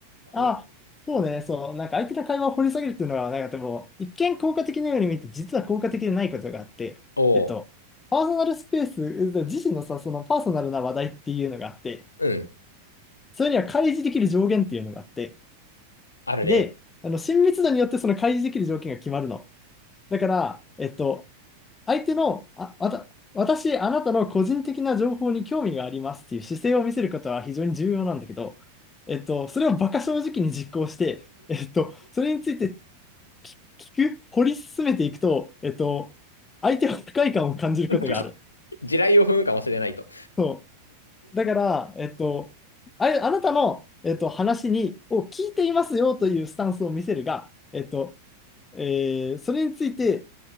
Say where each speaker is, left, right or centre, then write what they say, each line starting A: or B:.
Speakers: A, on the left (about 80°); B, on the left (about 15°).
A: こう。
B: あ、そうね、そう、なんか相手の会話を掘り下げるっていうのは、なんかでも、一見効果的なように見て、実は効果的でないことがあって、
A: おう。
B: えっと、パーソナルスペース、えっと自身のさ、そのパーソナルな話題っていうのがあって、
A: うん。
B: それには開示できる上限っていうのがあって、
A: あるね。
B: で、あの、親密度によってその開示できる条件が決まるの。だから、えっと、相手の、あ、わた、私、あなたの個人的な情報に興味がありますっていう姿勢を見せることは非常に重要なんだけど、えっと、それを馬鹿正直に実行して、えっと、それについて聞く、掘り進めていくと、えっと、相手は不快感を感じることがある。
A: <laughs> 地雷を踏むかもしれないと。
B: そう。だから、えっと、あ、あなたの、えっと、話に、を聞いていますよというスタンスを見せるが、えっと、えーそれについて、